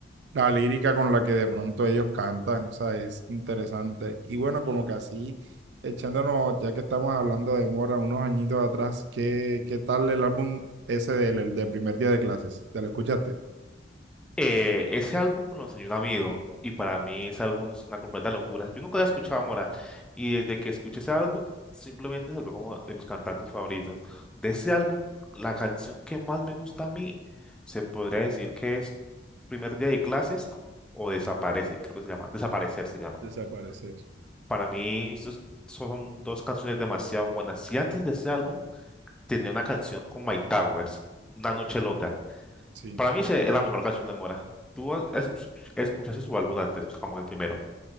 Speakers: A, on the right; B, in the centre.
A: la lírica con la que de pronto ellos cantan, o sea, es interesante. Y bueno, como que así, echándonos, ya que estamos hablando de Mora, unos añitos atrás, ¿qué, qué tal el álbum ese del el de primer día de clases? ¿Te lo escuchaste?
B: Eh, ese álbum me lo enseñó un amigo y para mí ese álbum es una completa locura. Yo nunca había escuchado a Mora y desde que escuché ese álbum simplemente se volvió como de mis cantantes favoritos. De ese álbum, la canción que más me gusta a mí se podría decir que es Primer Día de Clases o Desaparece, creo que se llama. Desaparecer se llama.
A: Desaparecer,
B: Para mí esos son dos canciones demasiado buenas. Si antes de ese álbum tenía una canción con My Towers, Una Noche Loca.
A: sí.
B: Para mí se- es la mejor canción de Mora. ¿Tú has- has- escuchaste su álbum antes, como el primero?